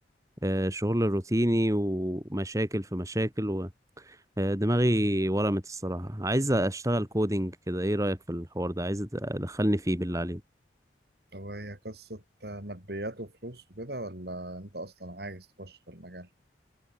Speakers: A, on the right; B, on the right.
A: أه، شغل روتيني ومشاكل في مشاكل و... أه، دماغي ورمت الصراحة عايز اشتغل كودينج كده ايه رأيك في الحوار ده عايز ادخلني فيه بالله عليك
B: هو هي قصة ماديات وفلوس وكده ولا أنت أصلا عايز تخش في المجال؟